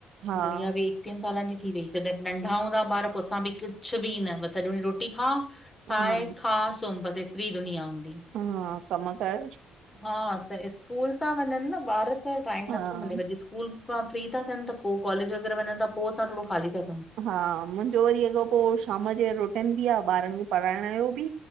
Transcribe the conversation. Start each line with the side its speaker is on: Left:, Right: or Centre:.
Right: हा।
Left: इहा बि एकवीह सालन जी थी वई जॾहिं नंढा हूंदा ॿार पो असां बि कुझ बि न बस सॼो ॾींह रोटी खा ठाए,
Right: हा
Left: खा, सुम बस एत्री दुुनिया हूंदी ही।
Right: हा कम कार
Left: हा त स्कूल ता वञन न ॿार त टाइम
Right: हा
Left: नथो मिले वडि स स्कूल खां फ्री था थ्यन त पो कॉलेज वग़ैरह वञन त पो असां थोड़ो ख़ाली था थ्यूं।
Right: हा मुंजो वरी अॻो पो शाम जे रोटन बि आ ॿारन खे पढ़ाइण जो बि।